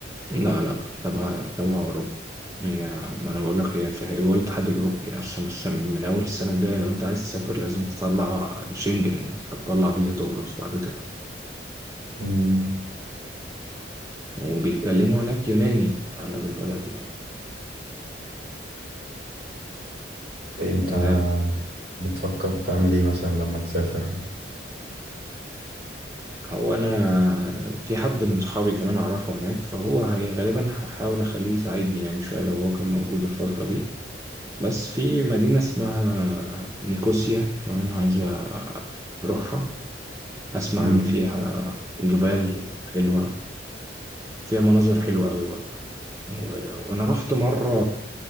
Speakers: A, on the right; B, on the right.
A: لا لا تبع تبع أوروبا هي ما أنا بقول لك هي في هي جوه الاتحاد الأوروبي أصلا الس- من أول السنة الجاية لو أنت عايز تسافر لازم تطلع شنجن تطلع فيزا دورس بعد كده
B: مم.
A: وبيتكلموا هناك يوناني أغلب البلد يعني
B: أنت
A: آه،
B: بتفكر تعمل إيه مثلا لما تسافر؟
A: هو أنا في حد من صحابي كمان أعرفه هناك فهو هي غالبا هحاول أخليه يساعدني يعني شوية لو هو كان موجود الفترة دي بس في مدينة اسمها نيكوسيا كمان عايزة أروحها أسمع
B: مم.
A: إن فيها جبال حلوة فيها مناظر حلوة قوي برضه و- وأنا رحت مرة